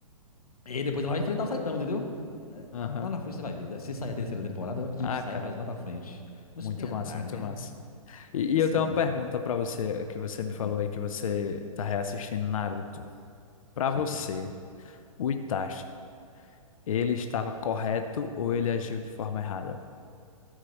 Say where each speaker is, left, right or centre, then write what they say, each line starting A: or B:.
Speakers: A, on the left (about 85°); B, on the left (about 65°).
A: E aí depois ela vai enfrentar o Saitama, entendeu? Né?
B: Aham.
A: Lá na frente você vai ver. né? Se sair a terceira temporada, eu acredito
B: Ah,
A: que saia
B: cara,
A: mais lá pra frente. Vamos
B: muito
A: esperar,
B: massa, muito
A: né?
B: massa. E,
A: E
B: e
A: assim,
B: eu tenho uma pergunta pra você, que você me
A: hum,
B: falou aí que você tá reassistindo Naruto. Pra
A: sim.
B: você, o Itachi, ele estava correto ou ele agiu de forma errada?